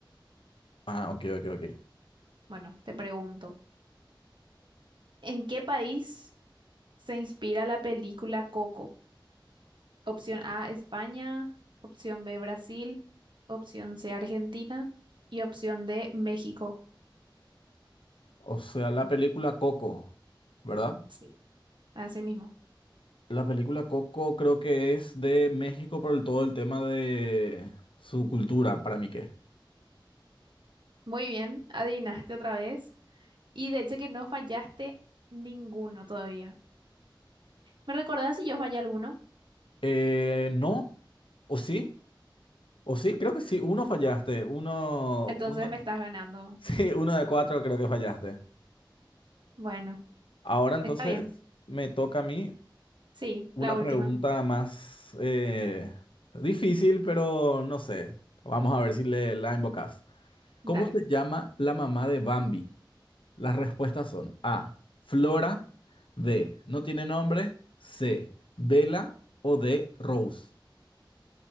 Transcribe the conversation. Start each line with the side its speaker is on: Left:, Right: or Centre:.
Left: Ah, ok, ok, ok.
Right: bueno, te pregunto. ¿En qué país se inspira la película Coco? Opción A, España, opción B, Brasil, opción C, Argentina y opción D, México.
Left: O sea, la película Coco, ¿verdad?
Right: Sí, así mismo.
Left: La película Coco creo que es de México por el- todo el tema de su cultura, para mí que.
Right: Muy bien, adivinaste otra vez. Y de hecho que no fallaste ninguno todavía. ¿Me recordás si yo fallé alguno?
Left: Eh, ¿no? ¿O sí? ¿O sí? Creo que sí. Uno fallaste. Uno,
Right: Entonces
Left: uno,
Right: me estás
Left: <laughs>
Right: ganando.
Left: sí, uno de cuatro creo que fallaste.
Right: Bueno,
Left: Ahora entonces
Right: está bien.
Left: me toca a mí
Right: Sí,
Left: una
Right: la última.
Left: pregunta más eh, difícil, pero no sé. Vamos a ver si le, la invocas.
Right: Dale.
Left: ¿Cómo se llama la mamá de Bambi? Las respuestas son A, Flora, B, no tiene nombre, C, Vela o D, Rose.